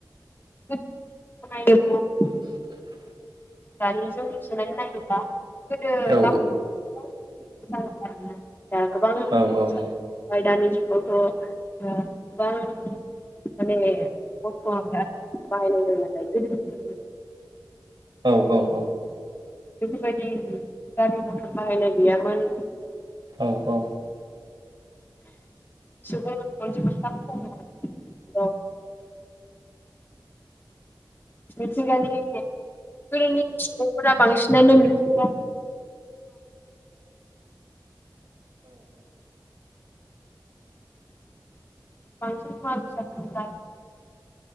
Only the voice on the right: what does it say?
<inaudible>
औ
औ औ
औ औ औ।
औ औ।